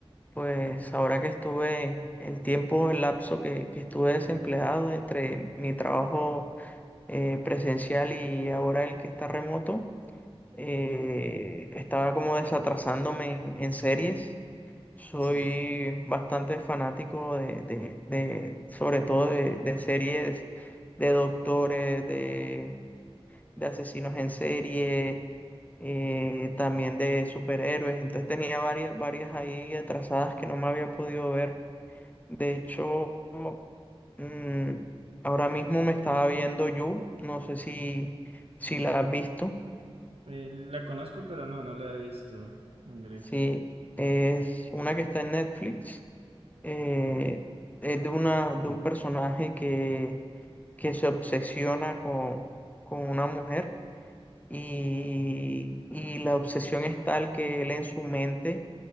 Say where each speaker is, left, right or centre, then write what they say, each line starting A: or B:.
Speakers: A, on the left; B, on the right.
A: pues ahora que estuve, el tiempo, el lapso que, que estuve desempleado entre mi trabajo eh, presencial y ahora el que está remoto, eh, estaba como desatrasándome en, en series. Soy
B: sí.
A: bastante fanático de, de- de- sobre todo de, de series de doctores, de, de asesinos en serie, eh, también de superhéroes. Entonces tenía varias, varias ahí atrasadas que no me había podido ver. De hecho, Mm, ahora mismo me estaba viendo You, no sé si, si la has visto.
B: Eh, la conozco, pero no, no la he visto, Andrés.
A: Sí, es una que está en Netflix. eh, es de, una, de un personaje que, que se obsesiona con, con una mujer y, y la obsesión es tal que él en su mente